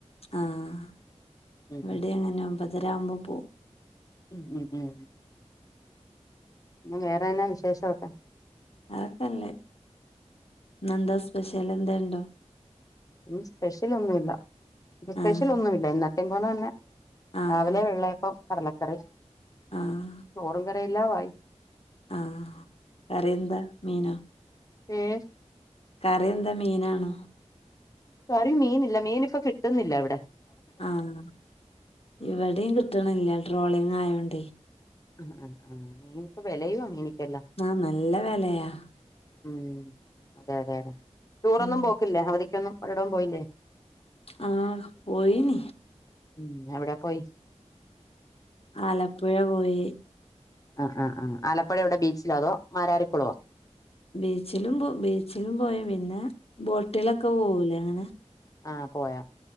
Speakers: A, on the left; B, on the left.
A: ആഹ്
B: ഉം
A: ഇവിടെ അങ്ങനെ ഒമ്പതരാകുമ്പോ പോവും
B: ഉം ഉം ഉം പിന്നെ വേറെന്നാ വിശേഷോക്കെ
A: അതൊക്ക അല്ലെ ഇന്നന്താസ്പെഷ്യൽ എന്താലുണ്ടോ?
B: ഇന്ന് സ്പെഷ്യൽ ഒന്നുലാ. ഇന്ന് സ്പെഷ്യൽ
A: ആഹ്
B: ഒന്നും ഇല്ല. എന്നത്തേ പോലെ തന്നെ.
A: ആഹ്
B: രാവിലെ വെള്ളയപ്പം കടലക്കറി.
A: ആഹ്
B: ചോറും കറി എല്ലാം ആയി.
A: ആഹ്‌, കറിന്താ മീനോ?
B: ഏഹ്‌
A: കറി എന്താ മീനാണോ?
B: കറി മീനില്ല. മീനി ഇപ്പൊ കിട്ടുന്നില്ല ഇ വിടെ.
A: ആഹ്‌, ഇവിടെയും കിട്ടണില്ല. ട്രോളിങ്ങ് ആയോണ്ട്.
B: ആഹ്‌, ആഹ്‌, ആഹ്‌ മീനി ഇപ്പോ വിലയു വാ മീനിക്ക് എല്ലാം.
A: ആഹ്‌, നല്ല വലയാ.
B: ഉം, അതെ, അതെ, അതെ ടൂറൊന്നും
A: ഉം
B: പോക്കില്ലേ? അവധിക്കൊന്നും എവിടം പോയില്ലേ.
A: ആഹ്‌ പോയിന.
B: ഉം, എവിടെ പോയി.
A: ആലപ്പുഴ പോയി.
B: ആഹ്‌, ആഹ്‌. ആഹ്‌ ആലപ്പുഴ എവിടെ ബീച്ചിലോ? അതോ മാര രിക്കുളവോ?
A: ബീച്ചിലും പോ ബീച്ചിലും പോയ. പിന്നെ ബോട്ടിലൊക്കെ പോവൂലേ അങ്ങനെ
B: ആഹ്‌, പോയാ.